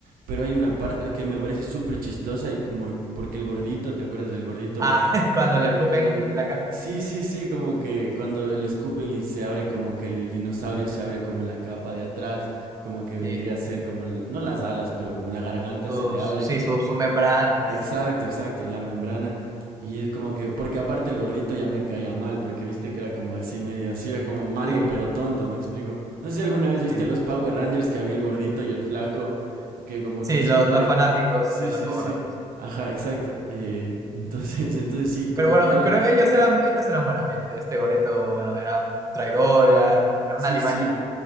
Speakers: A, on the right; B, on the right.
A: pero hay una parte que me parece súper chistosa y como porque el gordito, ¿te acuerdas del gordito?
B: ah, <laughs> cuando
A: El,
B: le escupen
A: el,
B: en la cara,
A: sí, sí, sí, como que cuando le escupen y se abre como que el dinosaurio se abre como en la capa de atrás, como que vendría
B: sí,
A: a ser como, el- no las alas, pero como la garganta
B: sus,
A: se le abre.
B: sí, sus sus membranas.
A: Exacto, exacto, la membrana. Y es como que, porque aparte el gordito ya me caía mal, porque viste que era como así medio, así era como malo
B: Sí,
A: pero tonto, me explico. No sé si alguna vez viste
B: sí,
A: los Power Rangers que había el gordito y el flaco, y que como
B: sí,
A: que siempre...
B: lo- los fanáticos
A: Sí,
B: de
A: sí,
B: los Power
A: sí.
B: Rangers.
A: Ajá, exacto. Eh, <laughs> entonces, entonces sí, como
B: Pero bueno,
A: que yo le...
B: pero ellos eran, ellos eran buena gente. Este Goreto, bueno, era un traidor, era, era
A: Sí,
B: una alimaña.
A: sí,